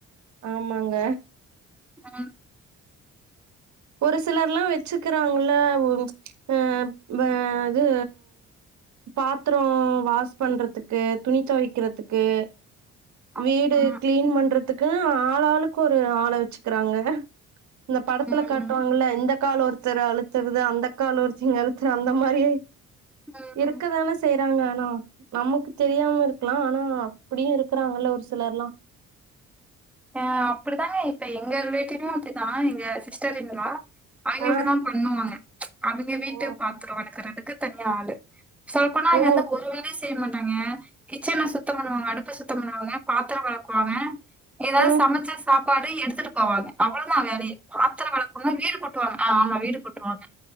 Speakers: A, on the right (about 70°); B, in the centre.
A: ஆமாங்க
B: ஆ
A: ஒரு சிலர்லா வச்சுக்குறாங்கல்ல இப்ப வ அது பாத்ரோ வாஸ் பண்றத்துக்கு துணி தொவைக்றதுக்கு
B: ஆமா.
A: வீடு க்ளீன் பண்ற த்துக்குனு ஆளாளுக்கு ஒரு ஆள வச்சுக்குறாங்க இந்த படத்துல
B: உம்
A: காட்வாங்கல்ல இந்த கால் ஒரு தெராலுத் தெர்து அந்த கால ஒர்ச்சிங்க <unintelligible> ச அந்த மாரி
B: உம்
A: இருக்கதான செய் தேங்கனா நமுக்கு தெரியாம இருக்லா ஆனா அப்டியு இரு இருக்றாங்கல்ல ஒரு சிலர்ல்லா
B: அ அப்டிதாங்க இப்ப எங்க ரிலேட்டிவ்லயு அப்டிதா எங்க சிஸ்டர் ன் லா அவிங்க
A: ஆ
B: இப்டிதா பண்ணுவாங்க அவிங்க வீட்டு
A: ஓ
B: பாத்ரோ வெளக்குறது அதுக்கு தன்யா ஆளு சொல்போனா அங்கந்த
A: ஓ
B: ஒருவேல செ செய்ய மாட்டாங்க கிச்சன் எல்லா சுத்தம் பண்ணுவாங்க அடுப்பு சுத்தம் பண்ணுவாங்க பாத்திர வெளக்குவாங்க ஏதாது
A: ம்
B: சமச்சு சாப் சாப்பாடு எடுத்துட்டு போவாங்க அவ்வள தா வேலையே பாத்திர வெளக்குவாங்க வீடு கூட்டுவாங்க அ ஆமா வீடு கூட்டுவாங்க